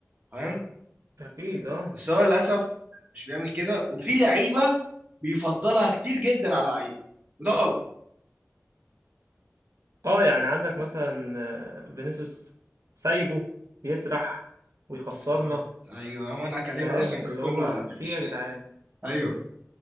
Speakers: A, on the right (about 30°); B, on the right (about 85°).
A: فاهم
B: اكيد اه
A: بس هو للأسف مش بيعمل كده وفي لعيبة بيفضلها كتير جدا على لعيبة وده غلط
B: اه يعني عندك مثلا آه، فينيسيوس سايبه بيسرح ويخسرنا
A: بالظبط ايوه هو انا كلامي
B: فاهم
A: اصلا كان
B: اللي
A: كله
B: هو
A: على فينيسيوس
B: في إيه يا جدعان
A: ايوه